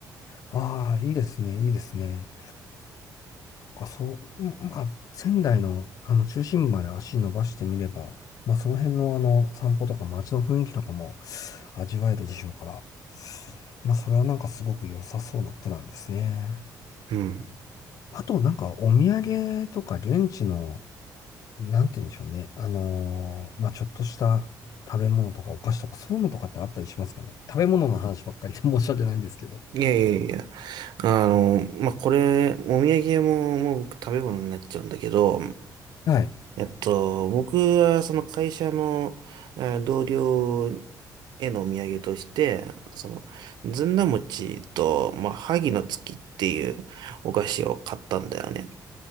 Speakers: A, on the left (about 55°); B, on the right (about 75°).
A: ああ、いいですね。いいですね。あ、そう、うんまあ、仙台のあの中心部まで足伸ばしてみれば、まあ、その辺のあの散歩とか街の雰囲気とかも味わえるでしょうから、まあ、それはなんかすごく良さそうなプランですね。
B: うん。
A: あと、なんかお土産とか現地のなんて言うんでしょうね。あのーまあ、ちょっとした食べ物とかお菓子とかそういうのとかってあったりしますかね。食べ物の話ばっかりで <laughs> 申し訳ないんですけど。
B: いやいやいや、あの、まあ、これ、お土産屋も、もう僕食べ物になっちゃうんだけど、
A: はい。
B: えっと、僕はその会社の、えー同僚へのお土産として、その、ずんだ餅と、まあ、萩の月っていうお菓子を買ったんだよね。